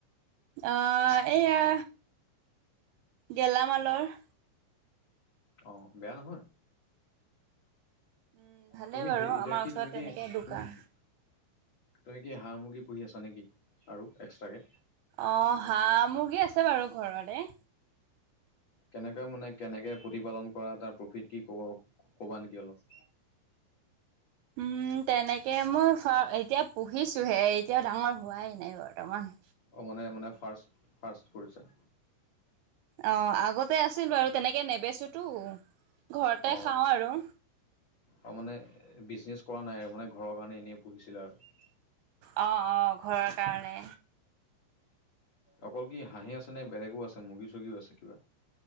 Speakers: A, on the right; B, on the left.
A: অ', এইয়া, গেলামালৰ।
B: অ', বেয়া নহয়।
A: উম ভালেই
B: তুমি
A: বাৰু
B: হে, এতিয়া
A: আমাৰ
B: কি,
A: ওচৰত
B: তুমি
A: তেনেকে
B: কি,
A: দোকান
B: তুমি কি তুমি কি, হাঁহ মুৰ্গী পুহি আছা নে কি? আৰু এক্সট্ৰাকে?
A: অ হাঁহ মুৰ্গী আছে বাৰু ঘৰতে।
B: কেনেকে মানে কেনেকে প্ৰতিপালন কৰা তাৰ প্ৰফিট কি? ক-কবানেকি অলপ।
A: উম, তেনেকে মই এতিয়া পঢ়িছোঁহে এতিয়াও ডাঙৰ হোৱাই নাই বৰ্তমান।
B: অ মানে মানে ফাৰ্ষ্ট ফাৰ্ষ্ট কৰিছা।
A: অ আগতে আছিল বাৰু তেনেকে নেবেচোতো ঘৰতে
B: অ
A: খাওঁ আৰু।
B: অ মানে বিজনেছ কৰা নাই আৰু মানে ঘৰৰ কাৰণে এনেই পুহিছিলা আৰু।
A: অ অ ঘৰৰ কাৰণে।
B: অকল কি হাঁহে আছে নে বেলেগো আছে মুৰ্গী চুগ্ৰি আছে কিবা?